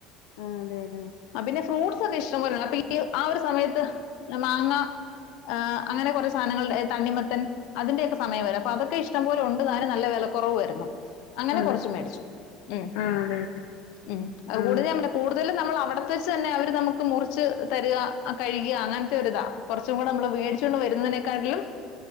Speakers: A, on the left; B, on the left.
A: ആഹ് അതെ അതെ
B: ആഹ് പിന്നെ ഫ്രൂട്ട്സ് ഒക്കെ ഇഷ്ടംപലെയാണ് അപ്പൊ ഈ ആ ഒരു സമയത്ത് മാങ്ങ ആഹ് അങ്ങനെ കുറെ സാധനങ്ങൾ തണ്ണിമത്തൻ അതിന്റെ ഒക്കെ സമയാരും അപ്പൊ അതൊക്കെ ഇഷ്ടംപോലെ ഉണ്ട് താനും നല്ല വെല കുറവുമായിരുന്നു അങ്ങനെ
A: അതെ
B: കുറച്ച് മേടിച്ചു ഉം
A: ആഹ് അതെ അതെ
B: ഉം അത്
A: ആഹ്
B: കൂടുതലും നമ്മള് കൂടുതലും നമ്മള് അവി പുറത്ത് വെച്ച് തന്നെ അവര് നമുക്ക് മുറിച്ച് തരിക കഴുക അങ്ങനത്തെ ഒരുരിതാ കുറച്ചും കൂടെ നമ്മൾ വേടി ച്ചോണ്ട് വരുന്നതിനെക്കാട്ടിലും